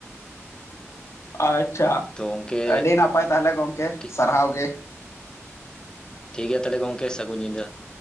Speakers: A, on the left; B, on the left.
A: ᱟᱪᱪᱷᱟ
B: ᱛᱚ ᱜᱚᱝᱠᱮ
A: ᱟᱹᱰᱤ ᱱᱟᱯᱟᱭ ᱛᱟᱦᱚᱞᱮ ᱜᱚᱝᱠᱮ
B: ᱴᱷᱤᱠ
A: ᱥᱟᱨᱦᱟᱣ ᱜᱮ ᱾
B: ᱴᱷᱤᱠ ᱜᱮᱭᱟ ᱛᱟᱦᱚᱞᱮ ᱜᱚᱢᱠᱮ ᱥᱟᱹᱜᱩᱱ ᱧᱤᱫᱟᱹ ᱾